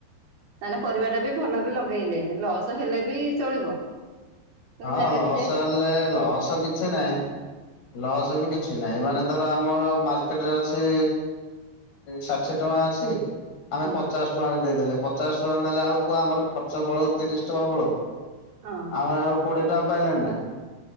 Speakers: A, on the right (about 65°); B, on the left (about 70°).
A: ସେମାନେ ପରିବା ଟା ବି ଭଲରେ ଲଗେଇଲେ ଲସ ହେଲେ ବି ଚଳିବ। କିନ୍ତୁ
B: ହଁ
A: ଯାହାର
B: ଲସ୍
A: ନିଜେ
B: ହେଲେ ଲସ୍ କିଛି ନାହିଁ। ଲସ୍ ବି କିଛି ନାହିଁ ମାନେ ଧର ଆମର ମାର୍କେଟରେ ଅଛି ଷାଠିଏ ଟଙ୍କା ଅଛି। ଆମେ
A: ହଁ
B: ପଚାଶ ଟଙ୍କା ଦେଇଦେଲେ ପଚାଶ ଟଙ୍କା ଦେଲାବେଳକୁ ଆମର ଖର୍ଚ୍ଚ ପଳଉ ତିରିଶ ଟଙ୍କା ପଳଉ।
A: ହଁ
B: ଆମେ ଆଉ କୋଡ଼ିଏ ଟଙ୍କା ପାଇଲେଣି ନା।